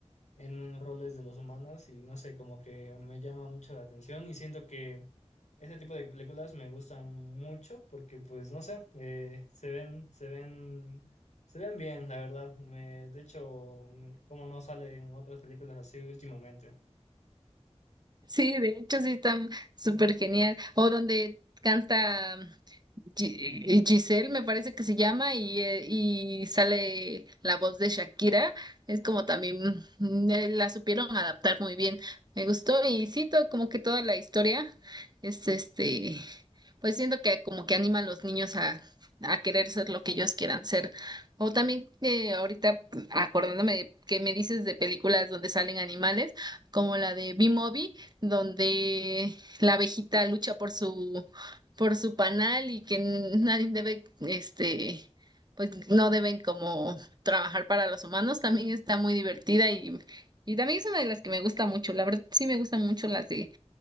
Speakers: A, on the left; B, on the right.
A: en roles de los humanos y no sé, como que me llama mucho la atención y siento que ese tipo de películas me gustan mucho porque pues no sé, eh, se ven, se ven, se ven bien, la verdad. Me, de hecho, mm, como no salen otras películas así últimamente.
B: Sí, de hecho sí está súper genial. O donde canta Gi- Giselle, me parece que se llama, y, eh, y sale la voz de Shakira. Es como también mm, eh, la supieron adaptar muy bien. Me gustó y sí, to- como que toda la historia es este, pues siento que como que anima a los niños a, a querer ser lo que ellos quieran ser. O también eh, ahorita acordándome de- que me dices de películas donde salen animales, como la de B-Movie, donde la abejita lucha por su por su panal y que nadie debe, este, pues no deben como trabajar para los humanos, también está muy divertida y, y también es una de las que me gusta mucho. La verdad, sí me gustan mucho las de